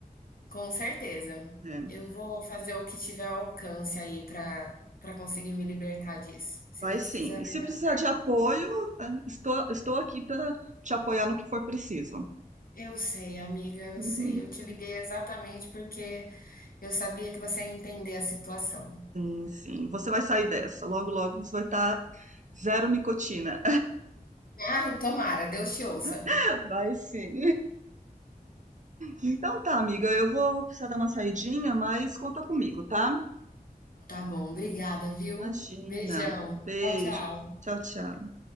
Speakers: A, on the left; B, on the right.
A: Com certeza.
B: É.
A: Eu vou fazer o que tiver ao alcance aí para para conseguir me libertar disso. Se
B: Vai
A: Deus
B: sim.
A: quiser,
B: E
A: vai
B: se
A: dar
B: precisar
A: certo.
B: de apoio, ah, estou, estou aqui para te apoiar no que for preciso.
A: Eu sei, amiga, eu
B: <laughs>
A: sei. Eu te liguei exatamente porque eu sabia que você ia entender a situação.
B: Sim, sim. Você vai sair dessa. Logo, logo você vai estar zero nicotina.
A: Ai, tomara, Deus te ouça.
B: <laughs> Vai sim. Então tá, amiga. Eu vou precisar dar uma saidinha, mas conta comigo, tá?
A: Tá bom, obrigada, viu?
B: Imagina.
A: Beijão.
B: Beijo.
A: Tchau, tchau.
B: Tchau, tchau.